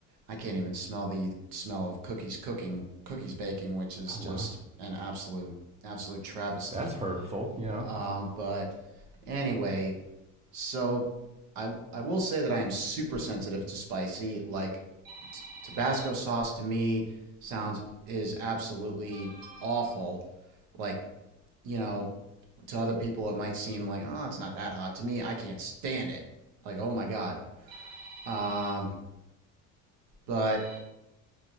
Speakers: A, on the right (about 80°); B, on the right (about 20°).
A: I can't even smell the smell of cookies cooking, cookies baking, which is
B: Oh
A: just
B: wow,
A: an absolute, absolute travesty.
B: that's hurtful. Yeah.
A: Um, but anyway, so I I will say that I am super sensitive to spicy. Like t- Tabasco sauce to me sounds is absolutely awful. Like, you know, to other people it might seem like, "Oh, it's not that hot." To me, I can't stand it. Like, "Oh my god." Um, but